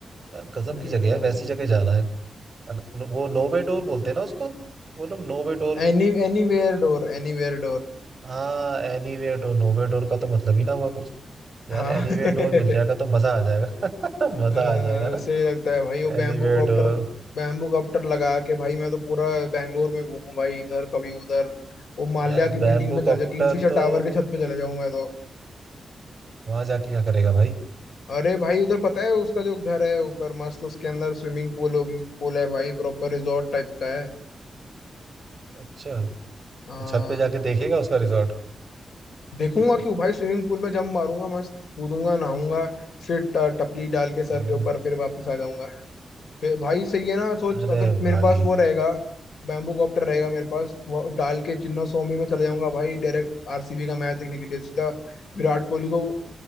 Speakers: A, on the right; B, on the left.
A: यार गजब
B: हम्म
A: की जगह है वैसी जगह जाना है अगर नो- वो नोवे डोर बोलते हैं ना उसको वो लोग नोवे डोर
B: एनी Anywhere door anywhere door
A: हाँ एनीवेयर डोर नोवे डोर का तो मतलब ही ना हुआ कुछ यार
B: हाँ
A: एनीवेयर डोर मिल जाएगा
B: <laughs>
A: तो मजा आ जाएगा <laughs> मजा
B: अ,
A: आ जाएगा ना
B: सही लगता है भाई वो बैम्बू
A: Anywhere
B: कॉप्टर
A: door
B: बैम्बू कॉप्टर लगा के भाई मैं तो पूरा बैंगलोर में घूमूं भाई इधर कभी उधर वो माल्या
A: यार
B: की
A: बैम्बू
B: बिल्डिंग पे चले
A: कॉप्टर
B: जाऊँ किंगफिशर
A: तो
B: टावर के छत पे चले जाऊं मैं तो
A: वहां जाके क्या करेगा भाई
B: अरे भाई उधर पता है उसका जो घर है ऊपर मस्त उसके अंदर स्विमिंग पूल पूल है भाई प्रॉपर रिजॉर्ट टाइप का है
A: अच्छा
B: हाँ
A: तो छत पे जाके देखेगा उसका रिजॉर्ट
B: देखूंगा
A: <laughs>
B: क्यों भाई स्विमिंग पूल में जंप मारूंगा मस्त कूदूंगा नहाऊंगा फिर ट- टपली डाल के सर
A: या
B: के ऊपर फिर वापस आ जाऊंगा फिर भाई सही है ना सोच
A: अरे
B: अगर मेरे
A: भाई
B: पास वो रहेगा बैम्बू कॉप्टर रहेगा मेरे पास वो डाल के चिन्ना स्वामी में चले जाऊंगा भाई डायरेक्ट आरसीबी का मैच देखने के लिए सीधा विराट कोहली को